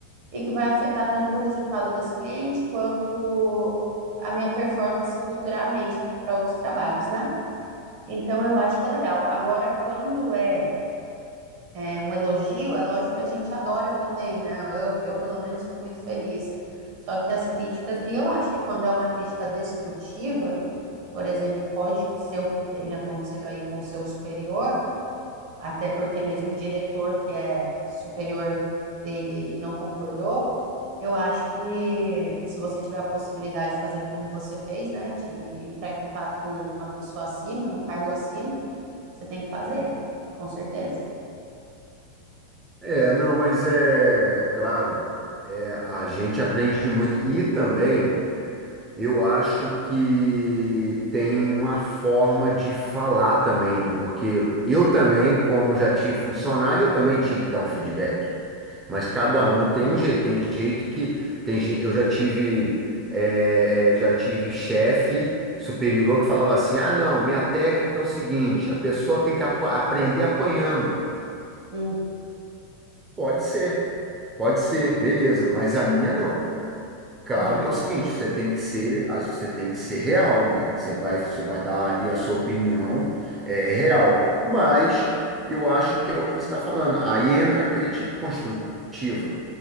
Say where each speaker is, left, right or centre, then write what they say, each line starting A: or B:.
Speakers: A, on the right (about 55°); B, on the right (about 20°).
A: e que vai afetar tanto o resultado desse cliente quanto a minha performance futuramente para outros trabalhos, né? Então eu acho que é legal. Agora, quando é é um elogio, é lógico que a gente adora também, né? Eu, eu pelo menos fico muito feliz. Só que as críticas, e eu acho que quando é uma crítica destrutiva, por exemplo, que pode ser o que tem acontecido aí com o seu superior, até porque mesmo o diretor que é superior dele não concordou, eu acho que se você tiver a possibilidade de fazer como você fez, né, de entrar em contato com uma pessoa acima, num cargo acima, você tem que fazer, com certeza.
B: É, não, mas é claro, é, a gente aprende muito. E também. Eu acho que tem uma forma de falar também, né? Porque eu também, como já tive funcionário, eu também tinha que dar um feedback. Mas cada um tem um jeito. Tem jeito que tem gente. Eu já tive é, é, já tive chefe superior que falava assim: Ah, não, minha técnica é o seguinte: a pessoa tem que apa- aprender apanhando.
A: Hum,
B: Pode ser, pode ser, beleza. Mas a minha não. Claro
A: uhum.
B: que é o seguinte, você tem que ser, as- você tem que ser real, né? Você vai, você vai dar ali a sua opinião, é, é real. Mas eu acho que é o que você está falando. Aí entra a crítica construtiva.